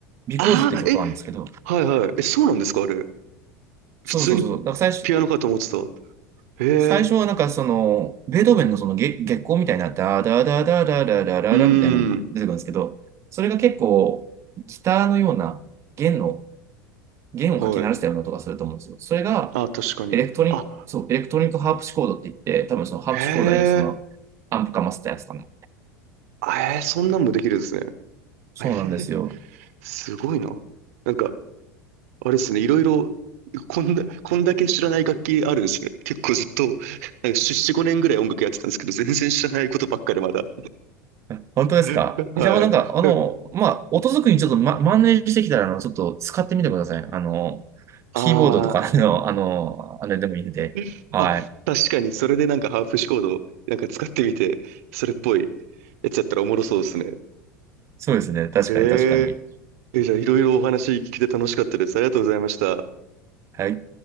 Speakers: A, on the right; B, on the right.
A: ビコーズって曲があるんですけど、
B: ああ、え、はいはい。え、そうなんですかあれ。
A: そうそうそう。
B: 普通にピアノかと思ってた。
A: だから最初、
B: へえ。
A: 最初はなんかその、ベートーベンのその月、月光みたいな、ダダダダダダダダダみたいなのが出てくるんですけど、
B: うーうん。ん。
A: それが結構、ギターのような弦の、弦をかき鳴らしたような音がすると思うんですよ。
B: はい。
A: それが、
B: あ、確かに。
A: エレクトリック、
B: あ、
A: そう、エレクトリックハープシコードって言って、多分そのハープシコードにその、
B: へえ。
A: アンプかませたやつかな。
B: あえー、そんなんもできるんですね。
A: そうなんですよ。
B: あえー、すごいな。なんか、あれですね。いろいろ、こんな、こんだけ知らない楽器あるんですね。結構ずっと、なんか5年ぐらい音楽やってたんですけど、全然知らないことばっかでまだ。
A: <laughs> 本当ですかじゃあ、
B: <laughs> はい。
A: なんか、あの、まあ、音作りにちょっと、ま、マネージしてきたら、あの、ちょっと使ってみてください。あの、
B: ああ
A: キーボードとかの、あの、あれでもいいんで。
B: ー。<laughs>
A: はい。
B: 確かに、それでなんかハーフシコードなんか使ってみて、それっぽいやつやったらおもろそうですね。
A: そうですね。確かに、
B: え
A: 確かに。
B: ええ、じゃあいろいろお話聞けて楽しかったです。ありがとうございました。
A: はい。